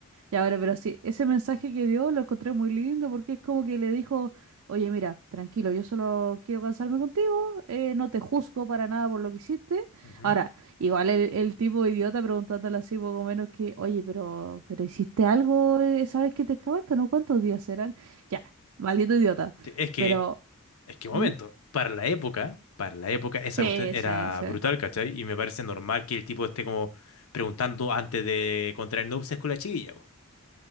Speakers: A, on the right (about 70°); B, on the left (about 70°).
A: Ya, bueno, pero sí, ese mensaje que dio lo encontré muy lindo porque es como que le dijo, oye, mira, tranquilo, yo solo quiero cansarme contigo, eh, no te juzgo para nada por lo que hiciste.
B: Ujú.
A: Ahora, igual el, el tipo idiota preguntándole así poco menos que, oye, pero, pero hiciste algo, eh, ¿sabes que te escapaste? ¿No? ¿Cuántos días eran? Ya, maldito idiota.
B: Sí, Es que,
A: Pero,
B: es que un
A: ¿Mm?
B: momento, para la época, para la época esa
A: Sí,
B: cuestión era
A: sí, sí.
B: brutal, ¿cachai? Y me parece normal que el tipo esté como preguntando antes de contraer nupcias con la chiquilla, po.